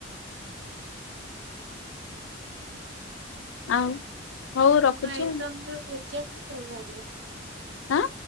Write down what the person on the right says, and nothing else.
ଆପଣ
ଏକ୍ଜାମ୍
ର ରେଜଲ୍ଟ କେବେ ବାହାରିବ?